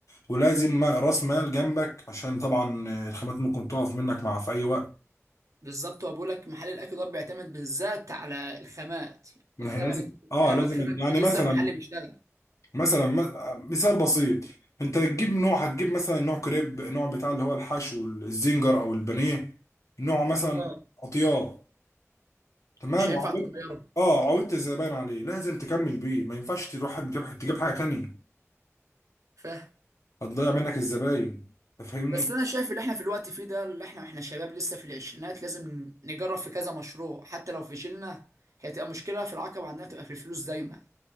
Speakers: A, on the left; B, on the right.
A: ولازم ما- راس مال جنبك عشان طبعا الخامات ممكن تقف منك مع في اي وقت
B: بالظبط هو بيقول لك محل الاكل ده بيعتمد بالذات على الخامات
A: ما
B: الخامة
A: هي لازم
B: اللي انت بتعملها
A: اه لازم
B: لو الخامة
A: يعني
B: كويسة
A: مثلا
B: المحل بيشتغل
A: مثلا م- مثال بسيط انت تجيب نوع هتجيب مثلا نوع كريب نوع بتاع اللي هو الحشو الزنجر او البانيه نوع مثلا
B: اه
A: قطيان تمام
B: مش هينفع
A: وعملت
B: تغيره
A: اه عودت الزباين عليه لازم تكمل بيه ما ينفعش تروح تجيب تجيب حاجه تانية
B: فاهم
A: هتضيع منك الزباين انت فاهمني
B: بس انا شايف اللي احنا في الوقت فيه ده اللي احنا احنا شباب لسه في العشرينات لازم نجرب في كذا مشروع حتى لو فشلنا هي تبقى مشكلة في العقبة عندنا تبقى في الفلوس دايما